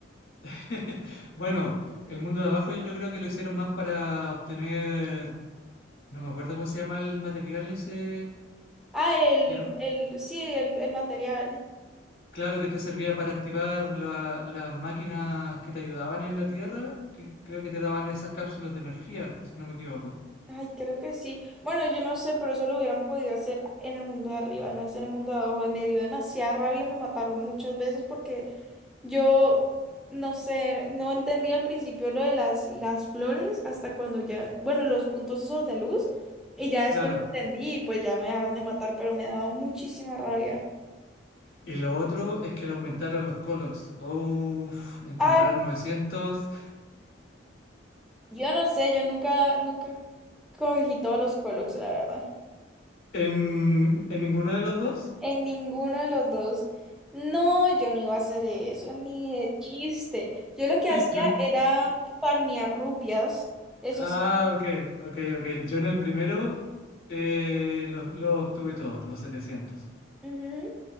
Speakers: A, on the left (about 85°); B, in the centre.
A: <laughs> Bueno, el mundo de abajo yo creo que lo hicieron más para obtener, no me acuerdo cómo se llama el material ese,
B: Ah, el,
A: quiero
B: el, sí, el, el material.
A: Claro que te servía para activar la- las máquinas que te ayudaban en la Tierra, que creo que te daban esas cápsulas de energía, si no me equivoco.
B: Ay, creo que sí. Bueno, yo no sé, pero eso lo hubieran podido hacer en el mundo de arriba, no es en el mundo de abajo. Me dio demasiada rabia, me mataron muchas veces porque yo, no sé, no entendía al principio lo de las, las flores hasta cuando ya, bueno, los puntos esos de luz, y ya después
A: Claro.
B: lo entendí y pues ya me dejaron de matar, pero me daba muchísima rabia.
A: Y lo otro es que le aumentaron los Colox. Uf, encontrar
B: Ah,
A: 900
B: yo no sé, yo nunca, nunca cogí todos los Colox, la verdad.
A: en, en ninguno de los dos.
B: En ninguno de los dos. No, yo no iba a hacer eso, ni de chiste. Yo lo que hacía
A: Yo en-
B: era farmear rupias. Eso
A: ah,
B: sí.
A: ok, ok, ok. Yo en el primero eh, lo, lo obtuve todo, los 700.
B: Ujú.